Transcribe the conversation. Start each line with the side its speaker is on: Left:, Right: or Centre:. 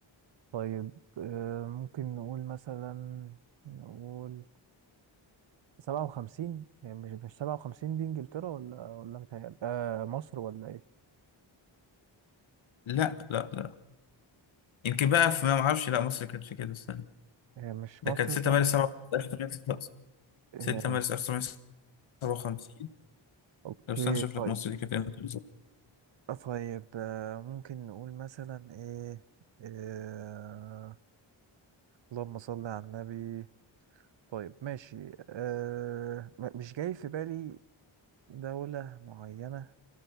Right: طيب آه، ممكن نقول مثلا نقول سبعة وخمسين يعني مش مش سبعة وخمسين دي إنجلترا ولا ولا متهيألي آه مصر ولا إيه؟
Left: لا لا لا يمكن بقى في ما معرفش لا مصر كانت في كده استنى
Right: آه، مش
Left: ده
Right: مصر
Left: كانت 6
Right: كمصر
Left: مارس 1957
Right: آه،
Left: 6 مارس 1957
Right: اوكي
Left: لو استنى اشوف
Right: طيب
Left: لك مصر دي كانت امتى بالظبط
Right: آه، طيب آه، ممكن نقول مثلا ايه آه، اللهم صل على النبي طيب ماشي آه، م- مش جاي في بالي دولة معينة